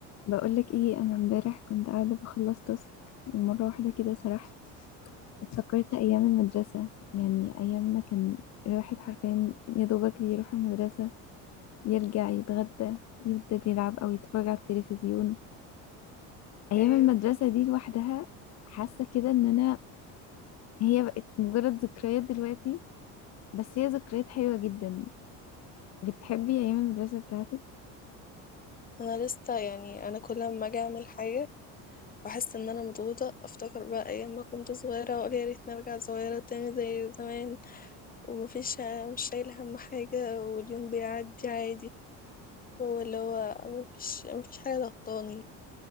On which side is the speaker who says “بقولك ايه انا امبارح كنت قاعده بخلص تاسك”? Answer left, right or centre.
Left